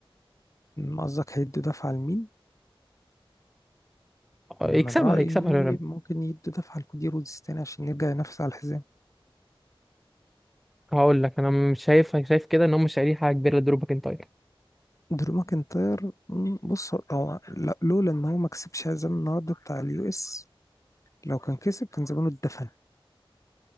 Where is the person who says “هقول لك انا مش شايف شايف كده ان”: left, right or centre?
Centre